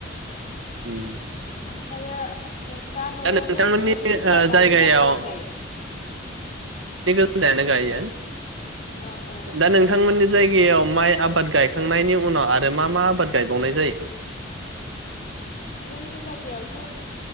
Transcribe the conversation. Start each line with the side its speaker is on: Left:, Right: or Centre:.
Right: उम।
Left: फ्रायो। नोंस्रा नआवनो
Right: दा नोंथांमोननि
Left: ननि गोजा
Right: ओ
Left: गायो
Right: जायगायाव
Left: ना सावरि गायो।
Right: <unintelligible> गायो
Left: औ औ
Right: दा नोंथांमोननि जाय गायाव माइ आबाद गायखांनायनि उनाव आरो मा मा आबाद गायबावनाय जायो।
Left: जोंनि जायगायावथ